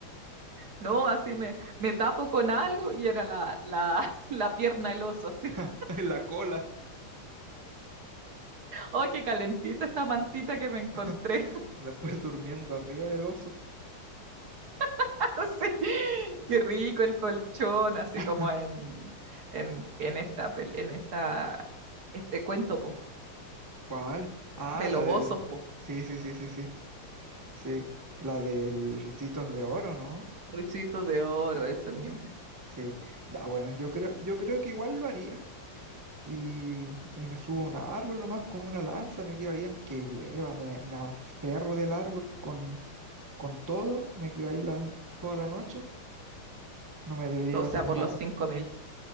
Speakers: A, on the right; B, on the right.
A: No, así me, me tapo con algo y era la, la, <laughs> la pierna del oso, así. <laughs>
B: <laughs> en la cola.
A: Oh, qué calentita esta mantita que me encontré.
B: <laughs> Después durmiendo arriba del oso.
A: <laughs> Así. Qué rico el colchón, así
B: <laughs>
A: como en, en, en esta, pel- en esta, este cuento, po,
B: ¿Cuál? Ah,
A: de los
B: la del...
A: osos, po.
B: Sí, sí, sí, sí, sí. Sí, la del Ricitos de Oro, ¿no?
A: Ricitos de oro, eso mismo.
B: Sí. Ya, bueno, yo creo, yo creo que igual lo haría. Y, y me subo a un árbol nomás con una lanza, me quedo ahí aunque llueva, me, me aferro del árbol con, con todo, me quedo ahí la, toda la noche, no me debería
A: O
B: pasar
A: sea, por
B: nada.
A: los cinco mil.